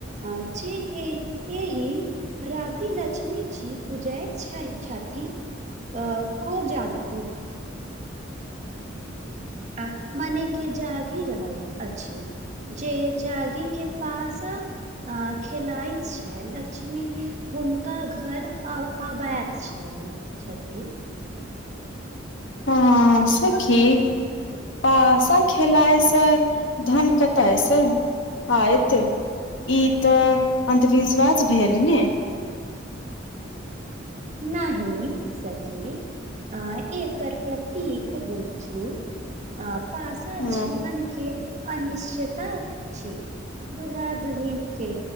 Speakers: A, on the right; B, on the left.
A: अं जेहे एही राती लक्ष्मी जी पूजैत छै छैथी अ को जागती आ मने के जागि रहल अछि जे जागि के पासा अ खेलाइत छै लक्ष्मी हुनका घर‌ अ आबाइत छै छथिन
B: ह सखी पासा खेलायसँ धन कतायसँ आयत ई तऽ अंधविश्वास भेल ने
A: नहि सखी अ एकर प्रतीक बूझू पासा
B: ह
A: जीवन के अनिश्चता छी दूल्हा दुल्हिन के